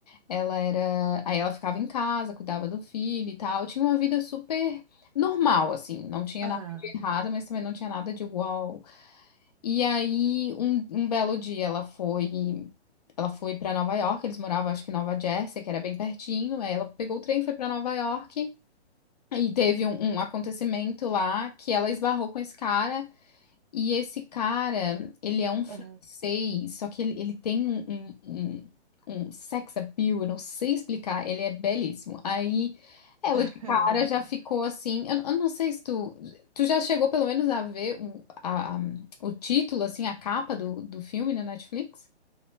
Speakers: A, on the left (about 35°); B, on the right (about 30°).
A: Ela era, aí ela ficava em casa, cuidava do filho e tal, tinha uma vida super normal, assim, não tinha
B: Ah,
A: nada de errado, mas também não tinha nada de uau. E aí, um, um belo dia, ela foi Ela foi para Nova York, eles moravam, acho que em Nova Jersey, que era bem pertinho. Aí ela pegou o trem, foi para Nova York. E teve um, um acontecimento lá que ela esbarrou com esse cara, e esse cara, ele é um francês,
B: aham.
A: só que ele, ele tem um, um, um- um sex appeal, eu não sei explicar, ele é belíssimo. Aí ela
B: <laughs>
A: de cara já ficou assim, eu, eu não sei se tu, tu já chegou pelo menos a ver o, a- o título, assim, a capa do, do filme na Netflix?